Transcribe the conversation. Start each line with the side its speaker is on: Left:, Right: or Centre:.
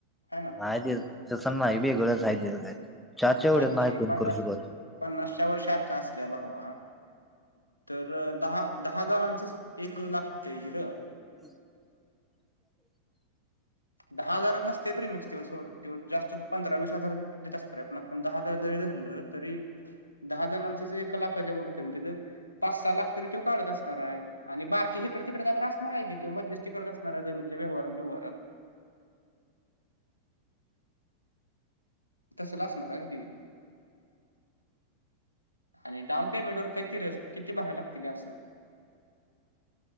Left: हयना.
Centre: नाही तेस तस नाही वेगळच आहे तेच चाच्या एवढ
Left: ऐक
Centre: नाही
Left: की पन्नास
Centre: करू शकत.
Left: पन्नासच्या वर्ष शाखा असल्या भावा. तर दहा दहाजारांचच एक लाख होतय गी र.
Centre: <unintelligible>
Left: दहा हजारात नसते प्रेमिक्स जास्त पंधरा वीस हजार देत असणार पण आपण दहा हजार जरी धरलं तरी दहा जणांचा एक लाखाच्या वरती होत तेज पाच सहा लाख तरी तो काढत असणार आहे. आणि बाकी हिकडे तिकडे काय तर असणार आहे किवा मध्यस्ती करत असणार आहे जमीनच्या व्यवहारात बिव्हारात. तसल असणार आहे ना ती आणि डाऊन पेमेंट वर काहीती किती भराय लागतील असं.